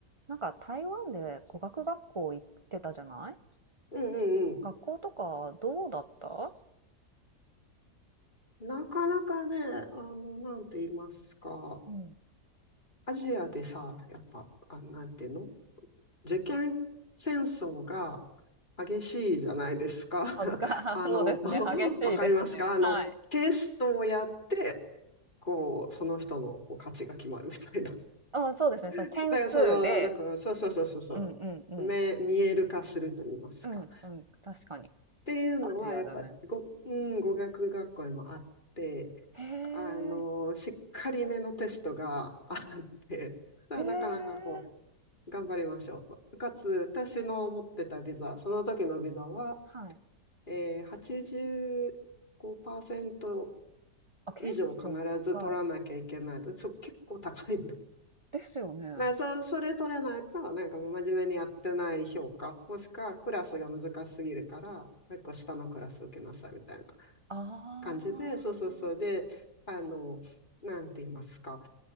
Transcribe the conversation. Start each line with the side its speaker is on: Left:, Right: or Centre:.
Right: なんか台湾で語学学校行ってたじゃない
Left: うんうんうん。
Right: 学校とかどうだった
Left: なかなかね、あの、なんて言いますか、
Right: うん、
Left: アジアでさ、やっぱ、あ、なんていうの受験戦争が激しいじゃないですか。
Right: 恥ずか、
Left: <laughs>
Right: <laughs>
Left: あの、
Right: あそうですね。
Left: <laughs>
Right: 激しいですね。
Left: わかりますかあの、
Right: はい。
Left: テストをやって、こう、その人のこう価値が決まるみたいな。
Right: あ、そうですね。その点数で、
Left: <laughs> だからその、だから、そうそうそうそうそう。
Right: うんうんうん。
Left: 目、見える化すると言いますか。
Right: うんうん。確かに。
Left: っていうのは、
Right: アジアだね。
Left: やっぱ、ご、うん、語学学校でもあって、
Right: へえ。
Left: あの、しっかりめのテストがあって、だからなかなかこ
Right: へえ。
Left: う、頑張りましょうと。かつ、私の持ってたビザ、その時のビザは、
Right: はい。
Left: えー、85%
Right: あ、結構高い。
Left: 以上必ず取らなきゃいけない。そう、結構高いんだ。だ
Right: ですよね。
Left: そ、それ取れないと、なんか真面目にやってない評価、もしくはクラスが難しすぎるから、もう一個下のクラス受けなさいみたいな
Right: ああ。
Left: 感じで、そうそうそう。で、あの、なんて言いますか。